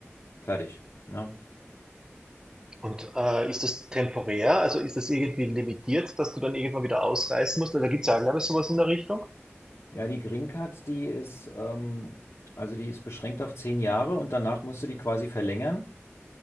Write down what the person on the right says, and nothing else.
Und äh, ist das temporär? Also ist das irgendwie limitiert, dass du dann irgendwann wieder ausreisen musst? Oder da gibt es ja, glaube ich, sowas in der Richtung?